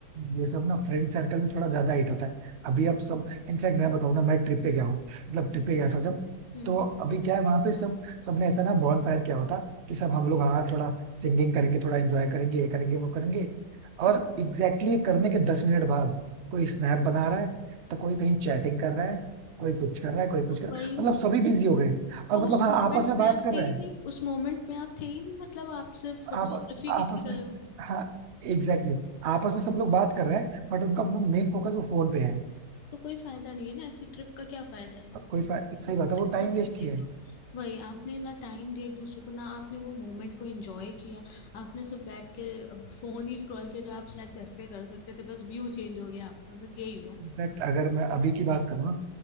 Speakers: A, on the right; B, on the left.
A: ये सब ना फ्रेंड सर्कल में थोड़ा ज्यादा हिट होता है अभी अब सब इनफैक्ट मैं बताऊं ना मैं ट्रिप पे गया हूँ मतलब ट्रिप पे गया था जब
B: हम्म
A: तो अभी क्या है वहां पे सब सबने ऐसा ना बॉन फायर किया होता कि सब हम लोग हाँ थोड़ा सिंगिंग करेंगे थोड़ा एंजॉय करेंगे ये करेंगे वो करेंगे और
B: हम्म,
A: एग्जैक्टली exactly करने के दस मिनट बाद कोई स्नैप बना रहा है तो कोई कहीं चैटिंग कर रहा है कोई कुछ कर रहा है कोई कुछ
B: तो
A: कर रहा
B: वही
A: है
B: ना
A: मतलब सभी बिजी हो गए
B: तो
A: और मतलब
B: उस
A: हाँ
B: मोमेंट
A: आपस में
B: में
A: बात
B: आप
A: कर
B: थे
A: रहे
B: ही
A: हैं
B: नहीं उस मोमेंट में आप थे ही नहीं मतलब आप सिर्फ फोटोग्राफी
A: आप आपस
B: के लिए
A: में
B: गए
A: हाँ Exactly exactly. आपस में सब लोग बात कर रहे हैं बट उनका मेन फोकस वो फोन पे है
B: तो कोई फायदा नहीं है ना ऐसी ट्रिप का क्या फायदा है
A: अब कोई फा- सही
B: तो फोन
A: बात है वो टाइम
B: में
A: वेस्ट
B: ही
A: ही
B: देख
A: है
B: लो वही आपने ना टाइम दिया एक दूसरे को ना आपने वो मोमेंट को एंजॉय किया आपने सिर्फ बैठ के फोन ही स्क्रॉल किया जो आप शायद घर पे कर सकते थे बस व्यू चेंज हो गया आपका बस यही हुआ
A: इनफैक्ट अगर मैं अभी की बात करूँ ना